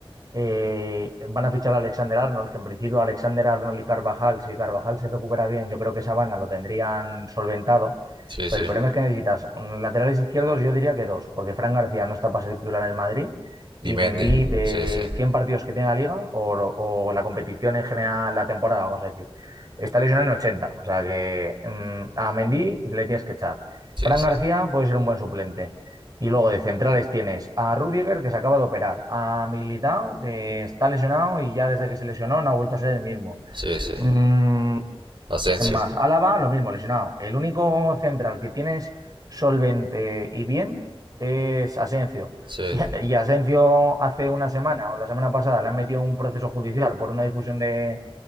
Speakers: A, on the right; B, on the right.
A: Eh, van a fichar a Alexander Arnold, que en principio Alexander Arnold y Carvajal, si Carvajal se recupera bien, yo creo que esa banda lo tendrían solventado.
B: sí,
A: Pero
B: sí,
A: el problema es que necesitas mm, laterales izquierdos, yo diría que dos, porque Fran García no está para ser titular en el Madrid
B: Nimendi,
A: y Mendy de
B: sí, sí,
A: 100 partidos que tiene la liga o, o la competición en general, la temporada, vamos a decir, está lesionado en 80. O sea que mm, a Mendy le tienes que echar.
B: sí,
A: Fran
B: sí.
A: García puede ser un buen suplente. Y luego de centrales tienes a Rudiger, que se acaba de operar, a Militao, que está lesionado y ya desde que se lesionó no ha vuelto a ser el mismo.
B: Sí, sí.
A: Mm,
B: Asensio.
A: ¿Quién más? Álava, lo mismo, lesionado. El único central que tienes solvente y bien es Asencio. <laughs>
B: Sí,
A: Y, y Asencio hace una semana o la semana pasada le han metido un proceso judicial por una difusión de,